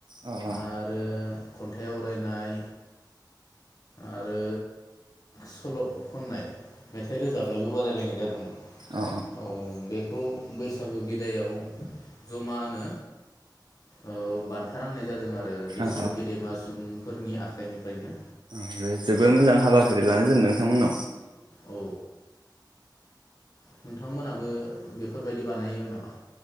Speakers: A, on the right (about 75°); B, on the left (about 50°).
A: अ
B: आरो खन्थाइ आवरायनाय आरो सल' खननाय मेथाइ रोजाबनायबो बादायलायनाय जादोंमोन
A: अ
B: औ बेखौ बैसागो बिदायाव जमानो ओ बान्था राननाय जादों आरो बिसोर
A: अ
B: गेदेमा सुबुंफोरनि आखाइनिफ्रायनो
A: अ बे जोबोद मोजां हाबाफारि लानाय जेनदों नोंथांमोननाव
B: औ नोंथांमोनाबो बेफोरबायदि बानायोमोन नामा?